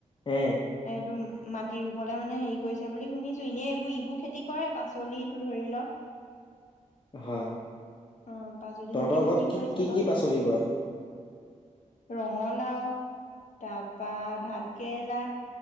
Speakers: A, on the left (about 40°); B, on the left (about 65°).
A: উম
B: এইটু। মাটি ৰুবলৈ মানে হেৰি কৰিছে বুলি শুনিছো। এনেই ইবোৰ ইবোৰ খেতি কৰে পাচলিটো ধৰি ল।
A: হয়।
B: অ', পাচলি
A: তহঁতৰ
B: চাচলি খেতি
A: ঘৰত
B: কৰিছে
A: কি-কি-কি
B: বাৰু
A: পাচলি হয়?
B: ৰঙালাও তাৰপা ভাত কেৰেলা